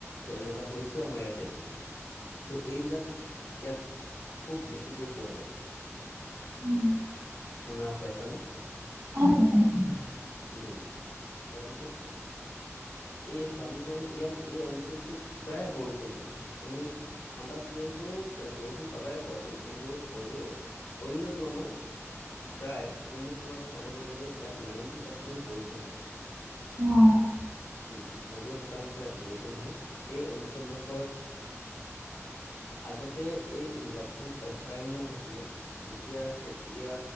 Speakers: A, on the left (about 60°); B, on the right (about 50°).
A: তো এনেকুৱা হৈ হৈছেও আমাৰ ইয়াতে। ত' এইবিলাক ইয়াত খুব বেছিকৈ পোৱা যায়।
B: <inaudible>
A: শুনা পাইচানে?
B: <inaudible>
A: উম। তাৰপিছত এই হাবিখনত ইয়াত এই অঞ্চলটোত প্ৰায় বৰষুণ হয়, তুমি ঠাণ্ডা ছিজনতো প্ৰায় বৰষুণ পাবাই পোৱাতো, কিন্তু হ'লেও অন্যৰ তুলনাত প্ৰায় অন্য তুলনাত চাবলৈ গ'লে ইয়াত, নাইণ্টি পাৰ্চেণ্টে বৰষুণ হয়।
B: অ'।
A: উম, নব্বৈ শতাংশ ইয়াত বৰষুণ হয়। এই অঞ্চলডোখৰ আগতে এই <unintelligible> জাপখন অভয়াৰণ্য হৈছিলে। তেতিয়া-তেতিয়া